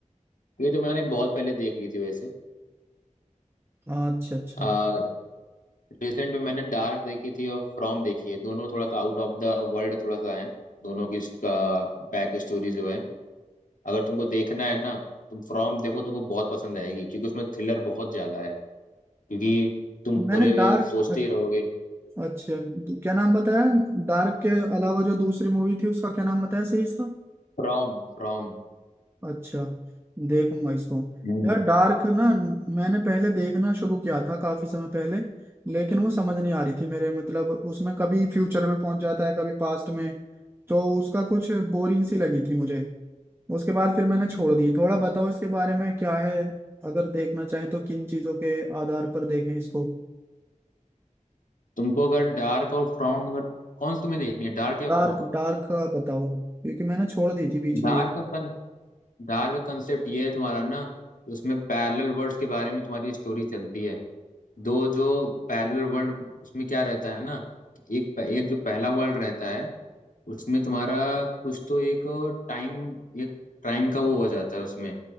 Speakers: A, on the left; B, on the right.
A: ये तो मैंने बहुत पहले देख ली थी वैसे
B: अच्छा अच्छा
A: आ, रिसेंट में मैंने डार्क देखी थी और फ्रॉम देखी है दोनों थोड़ा सा आउट ऑफ द वर्ल्ड थोड़ा सा है दोनों की इसका बैक स्टोरी जो है अगर तुमको देखना है ना तुम फ्रॉम देखो तुमको बहुत पसंद आएगी क्योंकि उसमें थ्रिलर बहुत ज्यादा है क्योंकि तुम
B: मैंने
A: पूरे वे
B: डार्क
A: सोचते ही रहोगे
B: अच्छा क्या नाम बताया डार्क के अलावा जो दूसरी मूवी थी उसका क्या नाम बताया सीरीज का
A: From from
B: अच्छा देखूंगा इसको
A: हम्म
B: यार डार्क ना मैंने पहले देखना शुरू किया था काफी समय पहले लेकिन वो समझ नहीं आ रही थी मेरे मतलब उसमें कभी फ्यूचर में पहुंच जाता है कभी पास्ट में तो उसका कुछ बोरिंग सी लगी थी मुझे उसके बाद फिर मैंने छोड़ दी थोड़ा बताओ इसके बारे में क्या है अगर देखना चाहें तो किन चीजों के आधार पर देखें इसको
A: तुमको अगर डार्क और फ्रॉम अगर कौन सी तुम्हें देखनी है डार्क या
B: डार्क
A: फ्रॉम
B: डार्क का बताओ क्योंकि मैंने छोड़ दी थी बीच में
A: डार्क
B: ये
A: का कन, डार्क का कंसेप्ट ये है तुम्हारा ना उसमें पैरेलल वर्ल्ड्स के बारे में तुम्हारी स्टोरी चलती है दो जो पैरेलल वर्ल्ड उसमें क्या रहता है ना एक एक जो पहला वर्ल्ड रहता है उसमें तुम्हारा कुछ तो एक टाइम एक टाइम का वो हो जाता है उसमें